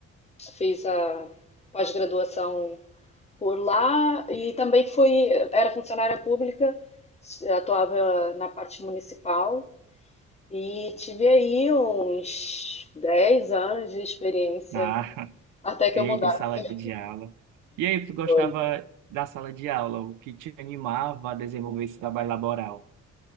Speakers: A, on the left; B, on the right.
A: fiz a pós-graduação por lá e também fui, era funcionária pública, atuava na parte municipal. E tive aí uns 10 anos de experiência
B: ah.
A: até que
B: Eita,
A: eu mudasse.
B: em sala de aula. E aí, tu gostava
A: Foi.
B: da sala de aula? O que te animava a desenvolver esse trabalho laboral?